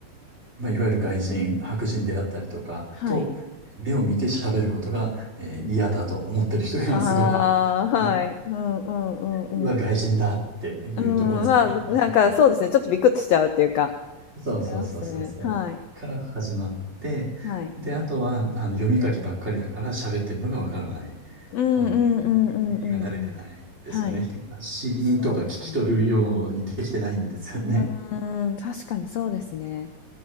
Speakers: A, on the right; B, on the left.
A: まあ、いわゆる外人、白人であったりとかと、
B: はい。
A: 目を見て喋ることが、えー嫌だと思ってる人がすごく多
B: ああ、はい。
A: い、ね、
B: うんうんうんうん。
A: うわ、外人だっていうところですね。
B: うん、まあ、
A: 一発目の。
B: なんかそうですね、ちょっとビクっとしちゃうっていうか、
A: そうそうそうそうそう。
B: ありますね。はい。
A: から始まって、
B: はい。
A: で、あとは、あの、読み書きばっかりだから喋ってるのがわからない。
B: うんうんうんうんうんうん。
A: あの耳が慣れてないですよね。
B: はい。
A: 死因とか聞き取るようにできてないんですよね。
B: そうですね。うーん、確かにそうですね。